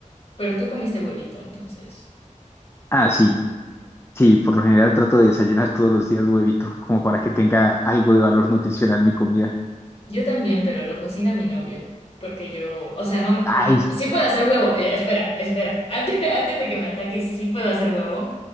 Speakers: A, on the left (about 45°); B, on the left (about 20°).
A: Pero tú comiste huevito, entonces.
B: Ah, sí, sí, por lo general trato de desayunar todos los días huevito, como para que tenga algo de valor nutricional mi comida.
A: Yo también, pero lo cocina mi novio. Porque yo, o sea, no,
B: Ay,
A: n- sí puedo hacer huevo. eh, Espera, espera. <laughs> Antes, antes de que me ataque, sí puedo hacer huevo.